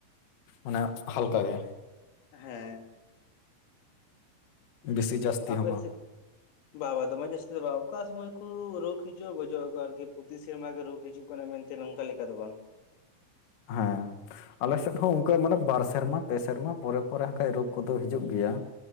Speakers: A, on the left (about 55°); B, on the left (about 80°).
A: ᱚᱱᱟ ᱦᱟᱞᱠᱟ ᱜᱮ
B: ᱦᱮᱸ
A: ᱵᱮᱥᱤ ᱡᱟᱹᱥᱛᱤ
B: ᱛᱟᱯᱮ
A: ᱦᱚᱸ ᱵᱟᱝ
B: ᱥᱮᱫ ᱵᱟᱵᱟ ᱫᱚᱢᱮ ᱡᱟᱹᱥᱛᱤ ᱫᱚ ᱵᱟ ᱚᱠᱟ ᱥᱚᱢᱚᱭ ᱠᱚ ᱨᱳᱜ ᱦᱤᱡᱩᱜᱼᱟ ᱜᱚᱡᱚᱜ ᱟᱠᱚ ᱟᱨᱠᱤ ᱯᱩᱛᱷᱤ ᱥᱮᱨᱢᱟ ᱜᱮ ᱨᱳᱜ ᱦᱤᱡᱩᱜ ᱠᱟᱱᱟ ᱢᱮᱱᱛᱮ ᱛᱮ ᱱᱚᱝᱠᱟ ᱞᱮᱠᱟ ᱫᱚ ᱵᱟᱝ
A: ᱦᱮᱸ ᱟᱞᱮ ᱥᱮᱫ ᱦᱚᱸ ᱚᱱᱠᱟ ᱢᱟᱱᱮ ᱵᱟᱨ ᱥᱮᱨᱢᱟ ᱯᱮ ᱥᱮᱨᱢᱟ ᱯᱚᱨᱮ ᱯᱚᱨᱮᱠᱟᱱᱡ ᱨᱳᱜᱽ ᱠᱚᱫᱚ ᱦᱤᱡᱩᱜ ᱜᱮᱭᱟ